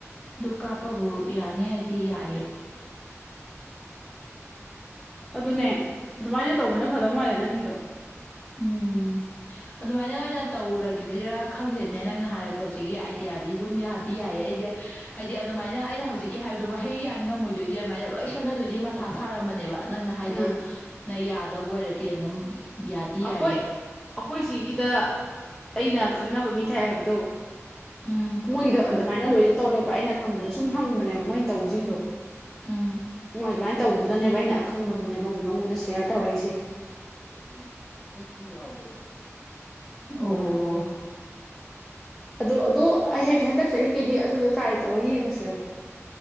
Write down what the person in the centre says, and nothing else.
ꯑꯗꯨꯅꯦ ꯑꯗꯨꯃꯥꯏꯅ ꯇꯧꯕꯅ ꯐꯗꯧ ꯃꯥꯜꯂꯦ ꯅꯪꯒꯤꯗꯣ
ꯎꯝ
ꯑꯩꯈꯣꯏ ꯑꯩꯈꯣꯏ ꯁꯤꯒꯤꯗ ꯑꯩꯅ ꯈꯪꯅꯕ ꯃꯤ ꯊꯥꯏ ꯍꯥꯏꯕꯗꯧ
ꯃꯣꯏꯒꯤꯗꯣ ꯑꯗꯨꯃꯥꯏꯅ ꯂꯣꯏꯅ ꯇꯧꯋꯦꯕ ꯑꯩꯅ ꯈꯪꯕꯗ ꯁꯨꯝ ꯍꯪꯕꯅꯦꯕ ꯃꯣꯏꯅ ꯇꯧꯕꯁꯤꯡꯗꯣ
ꯍꯣꯏ ꯑꯗꯨꯃꯥꯏꯅ ꯇꯧꯕꯗꯨꯗꯅꯦꯕ ꯑꯩꯅ ꯑꯈꯪꯕꯗꯨꯅꯦꯕ ꯑꯃꯨꯛ ꯅꯉꯣꯟꯗ ꯁꯦꯌꯔ ꯇꯧꯔꯛꯏꯁꯦ
ꯑꯗꯣ ꯑꯗꯨ ꯑꯩ ꯍꯦꯛ ꯍꯟꯗꯛ ꯆꯍꯤꯒꯤꯗꯤ ꯑꯗꯨꯗꯣ ꯆꯥꯥꯏꯇꯕ ꯌꯦꯡꯉꯁꯤ